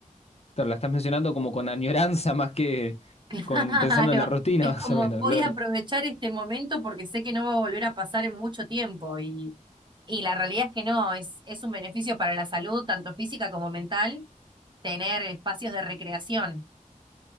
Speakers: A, on the left; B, on the right.
A: claro, la estás mencionando como con añoranza <laughs> más que
B: Claro,
A: con pensando en la rutina,
B: es
A: <laughs> más
B: como
A: o menos.
B: voy
A: Lo,
B: a aprovechar este momento porque sé que no va a volver a pasar en mucho tiempo y, y la realidad es que no, es, es un beneficio para la salud, tanto física como mental, tener espacios de recreación.